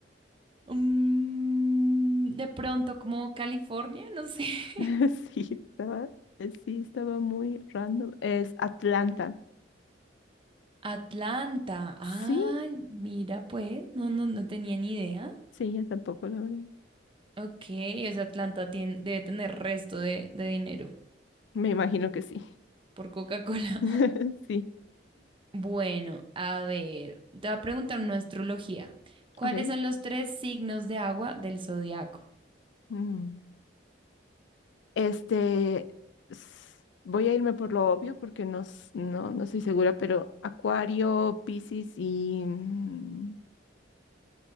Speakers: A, on the right; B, on the left.
A: Mm, de pronto como California, no sé. <laughs>
B: <laughs> Sí, estaba, eh, sí, estaba muy random. Es Atlanta.
A: Atlanta. Ay,
B: Sí,
A: mira pues, no, no, no tenía ni idea.
B: sí, yo tampoco, la verdad.
A: Ok, o sea, Atlanta tiene, debe tener resto de, de dinero
B: Me imagino que sí.
A: por Coca-Cola.
B: <laughs> Sí.
A: Bueno, a ver, te voy a preguntar una astrología. ¿Cuáles
B: Ok.
A: son los tres signos de agua del zodiaco?
B: Mm. Este, s- voy a irme por lo obvio porque no, s- no, no estoy segura, pero Acuario, Piscis y... mm,